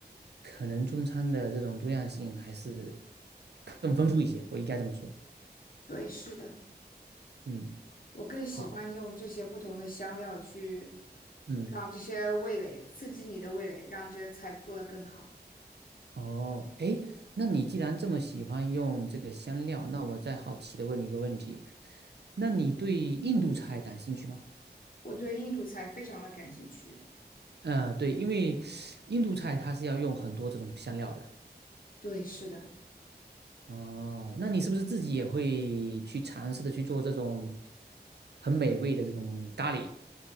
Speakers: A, on the right (about 75°); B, on the left (about 55°).
A: 可能中餐的这种多样性还是更丰富一些，我应该这么说。
B: 对，是的，
A: 嗯，
B: 我更喜欢用这些不同的香料去
A: 好，嗯。
B: 让这些味蕾刺激你的味蕾，让这些菜做得更好。
A: 哦，诶，那你既然这么喜欢用这个香料，那我再好奇的问你一个问题，那你对印度菜感兴趣吗？
B: 我对印度菜非常的感兴趣。
A: 呃，对，因为印度菜它是要用很多这种香料的。
B: 对，是的，
A: 哦，那你是不是自己也会去尝试的去做这种很美味的这种咖喱？